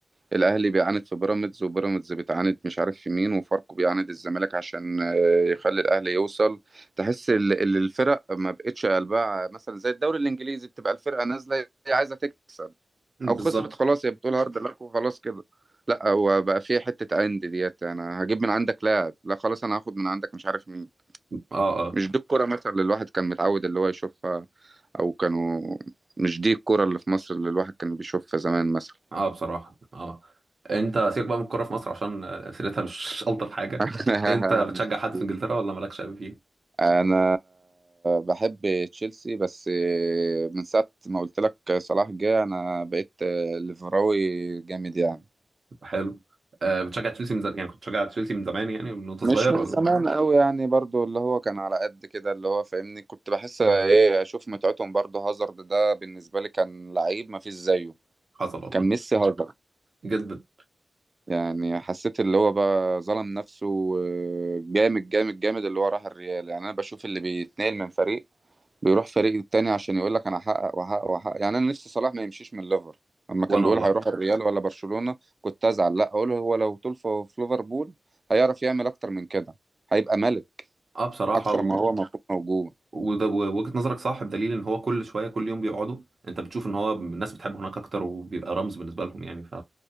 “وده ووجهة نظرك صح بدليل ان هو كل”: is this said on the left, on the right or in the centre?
Right